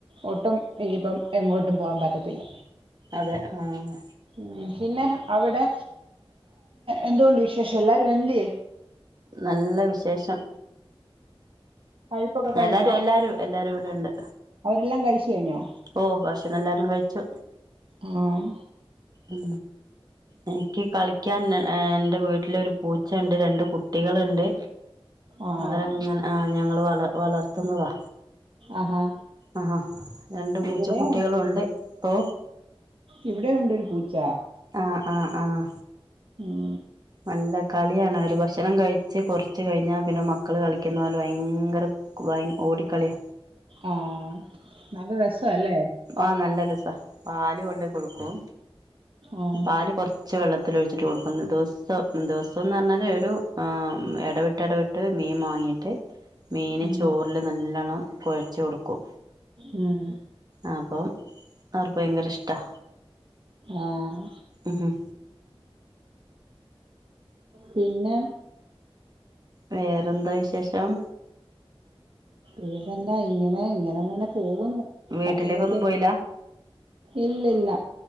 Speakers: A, on the right (about 65°); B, on the right (about 45°).
A: ഒട്ടും ഇപ്പം എങ്ങോട്ടും പോകാൻ പറ്റത്തില്ല
B: അതെ ആഹ്
A: ഉം പിന്നെ അവിടെ എന്തുകൊണ്ട് വിശേഷം എല്ലാരും എന്ന്ത്യേ
B: നല്ല വിശേഷം
A: കഴിപ്പൊക്കെ കഴിഞ്ഞോ
B: എല്ലാരും എല്ലാരും എല്ലാരും ഇവിടെണ്ട്
A: അവരെല്ലാം കഴിച്ചു കഴിഞ്ഞോ?
B: ഓ ഭക്ഷണം എല്ലാരും കഴിച്ചു
A: ഉം
B: ഉ എനിക്ക് കളി ക്കാൻ എന്റെ വീട്ടില് ഒരു പൂച്ച ഇണ്ട് രണ്ട് കുട്ടികളുണ്ട്
A: ആഹ്
B: അവരങ്ങനെ ആഹ് ഞങ്ങൾ വള വളർത്തുന്നതാ
A: ആഹാ
B: ആഹ്ഹ രണ്ട് പൂച്ച
A: ഇവിടെ
B: കുട്ടികളും ഇണ്ട് ഇപ്പോ
A: ഇവിടെയും ഉണ്ടൊരു പൂച്ച
B: ആഹ് ആഹ് ആഹ്
A: ഉം
B: നല്ല കളിയാണ് അവര് ഭക്ഷണം കഴിച്ച് കുറച്ച് കഴിഞ്ഞാൽ പിന്നെ മക്കള് കളിക്കുന്ന പോലെ ഭയങ്കര <unintelligible> ഓടിക്കളിയ
A: ആഹ് നല്ല രസല്ലേ
B: ആഹ് നല്ലരസാ പാല് കൊണ്ടോയി കൊടുക്കും
A: ആഹ്
B: പാല് കൊറച്ച് വെള്ളത്തിൽ ഒഴിച്ചിട്ട് കൊടുക്കുന്നു ഇ ദ ദിവസംന്ന് പറഞ്ഞാല് ഒരു ഇടവിട്ട് ഇടവിട്ട് മീൻ വാങ്ങിയിട്ട് മീന്
A: ഉം
B: ചോറില് നല്ലോണ്ണം കുഴചൊടുക്കും
A: ഉം
B: ആപ്പം അവർക്ക് ഭയങ്കര ഇഷ്ടാ.
A: ആഹ്
B: ഉഹും.
A: പിന്നെ
B: വേറെന്താ വിശേഷം?
A: വേറെന്താ, ഇങ്ങനെ ഇങ്ങനെങ്ങനെ പോവുംന്ന്.
B: വീട്ടിലേക്കൊന്നും
A: തട്ടീം മുട്ടിയൊ.
B: പോയില്ല
A: ഇല്ലില്ല